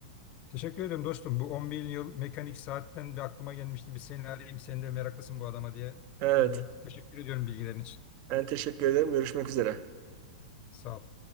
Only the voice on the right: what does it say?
Evet.
Ben teşekkür ederim. Görüşmek üzere.